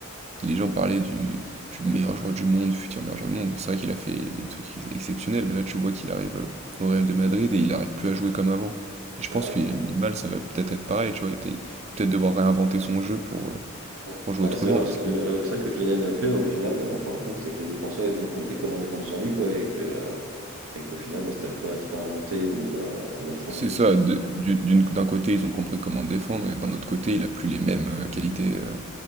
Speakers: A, on the right; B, on the right.
A: les gens parlaient du, du meilleur joueur du monde, futur meilleur joueur du monde. C'est vrai qu'il a fait des trucs ex- exceptionnels, mais là tu vois qu'il arrive euh, au Real de Madrid et il n'arrive plus à jouer comme avant. Et
B: C'est
A: je pense
B: vrai.
A: qu'il a une mal, ça va peut-être être pareil, tu vois, il va peut-être il va peut-être devoir réinventer son jeu pour, euh,
B: que- ouais,
A: pour jouer
B: bah
A: autrement
B: ouais, c'est vrai parce
A: parce
B: que
A: que
B: euh, c'est vrai que Kylian Mbappé, au final, bah, en fin de compte, c'est que les défenseurs, ils ont compris comment défendre sur lui, quoi, et que, euh, et qu'au final, bah, si t'arrives pas à te réinventer ou à, ou à changer
A: C'est
B: de
A: ça,
B: style.
A: de- du- d'une- d'un côté, ils ont compris comment défendre, et d'un autre côté, il a plus les mêmes euh, qualités, euh,